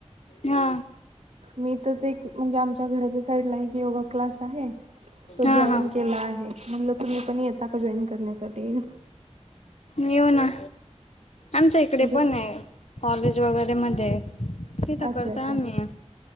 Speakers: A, on the left; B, on the right.
A: हा...
B: मी तरच एक म्हणजे आमच्या घराच्या साईड ला एक योगा क्लास आहे. तो
A: हां
B: जॉईन
A: हां
B: केला आहे म्हटलं तुम्ही पण येता का जॉईन करण्यासाठी...
A: येऊ ना आमच्या
B: म्हणजे
A: इकडे पण आहे कॉलेज वगैरे मध्ये... ते तर
B: अच्छा
A: करताय
B: अच्छा
A: आम्ही..